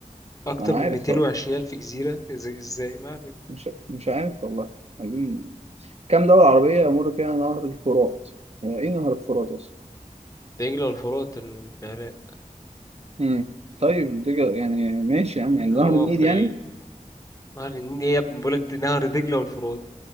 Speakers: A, on the left (about 25°); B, on the right (about 50°).
A: أكتر
B: انا
A: من
B: عارف
A: 220
B: طبعا
A: ألف جزيرة إزاي إزاي ما علينا
B: مش مش عارف والله عايزين كام دولة عربية يمر فيها نهر الفرات هو ايه نهر الفرات اصلا
A: دجلة والفرات ال- في العراق
B: امم طيب دي جا- يعني ماشي يا عم يعني نهر
A: هو
B: النيل
A: في
B: يعني
A: ال... نهر النيل إيه يا ابني بقولك دي نهر دجلة والفرات